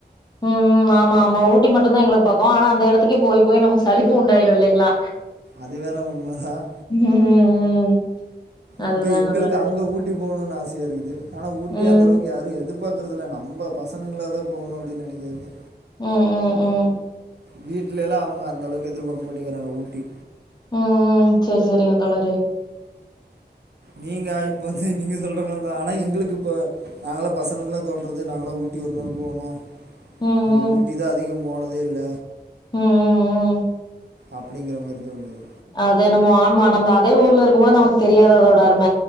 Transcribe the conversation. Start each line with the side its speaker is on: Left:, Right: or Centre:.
Left: ம் ஆமா ஆமா ஊட்டி மட்டுந்தா எங்ளுக்கு ப க்கோ ஆனா அந்த எடத்திக்கு போயி போய் நமக்கு சளிப்பு உண்டாயிரு இல்லைங்ளா
Right: அது வேணால் உண்மைதான்
Left: ம் ம் அதுதாங்க
Right: இப்ப எங்களுக்கு
Left: தோழரே
Right: அங்க ஊட்டி போகணுன் ஆசையா இருக்குது ஆனா ஊட்டி
Left: ம்
Right: அந்த அளவுக்கு யாரு எதி ர்பாக்கறதில்ல நம்ப பசன்கள தா போகணு அப்டின் நெனைக்கறது
Left: ம் ம் ம்
Right: வீட்லெலா அவுங்க அந்தளவுக்கு எதிர்பாக்க மாட்டேங்றாங்க ஊட்டி
Left: ம் ம் செரி செரிங்க தோழரே
Right: நீங்க இப்ப வந்து நீங்க சொல்ற மாதிரிதா ஆனா எங்களுக்கு இப்ப நாங்கள பசனுங்ளா தோன்றது நாங்களா உ ட்டி ஒரு நாள் போகணு
Left: ம்
Right: நம்ப
Left: ம்
Right: ஊட்டி தா அதிகம் போனதே இல்ல
Left: ம் ம் ம்
Right: அப்டிங்கிற மாரி தோணுது
Left: அது என்னமோ ஆமா நம்ப அதே ஊர்ல இருக்கும் போது நமக் தெரியாது அதோட அரும